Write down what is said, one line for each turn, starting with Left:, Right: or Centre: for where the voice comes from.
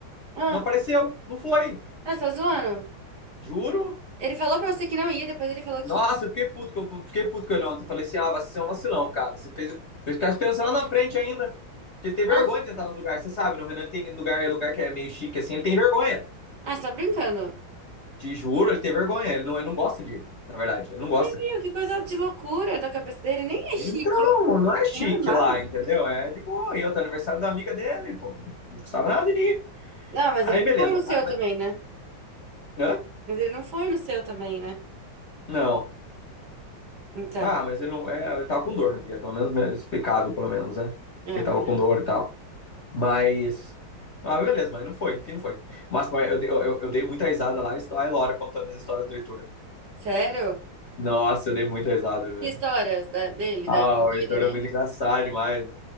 Right: Ah,
Left: não apareceu, não foi.
Right: ah, você tá zoando?
Left: Juro,
Right: Ele falou pra você que não ia, depois ele falou
Left: Nossa,
Right: que...
Left: eu fiquei puto, com- fiquei puto com ele ontem. Falei assim, ah, você é um vacilão, cara. Você fez, fez ficar esperança lá na frente ainda. Porque ele tem vergonha
Right: Nossa,
Left: de entrar nos lugares. Você sabe, no Renan ele tem lugar, é lugar que é meio chique, assim, ele tem vergonha.
Right: ah, você tá brincando.
Left: Te juro, ele tem vergonha. Ele não, ele não gosta de ir, na verdade. Ele não gosta.
Right: Nem viu, que coisa de loucura da cabeça dele. Nem é chique,
Left: Então,
Right: é
Left: não é chique
Right: normal.
Left: lá, entendeu? É de boa. E outro aniversário da amiga dele, pô. Não custava nada de ir.
Right: Não, mas
Left: Aí,
Right: ele
Left: beleza.
Right: não foi no seu
Left: Aí, mas...
Right: também, né?
Left: Hã?
Right: Mas ele não foi no seu também, né?
Left: Não.
Right: Então,
Left: Ah, mas ele não. É, ele tava com dor no dia, pelo menos é explicável, pelo menos, né?
Right: é,
Left: Que ele
Right: mas
Left: tava com
Right: não.
Left: dor e tal. Mas. Ah, beleza, mas não foi, enfim, não foi. Mas, mas eu, dei- eu, eu- dei muita risada lá, estou a Laura contando as histórias do Heitor.
Right: Sério?
Left: Nossa, eu dei muita risada, velho.
Right: Que histórias da- dele,
Left: Ah,
Right: da época
Left: o
Right: doida
Left: Heitor
Right: dele?
Left: é muito engraçado demais. né?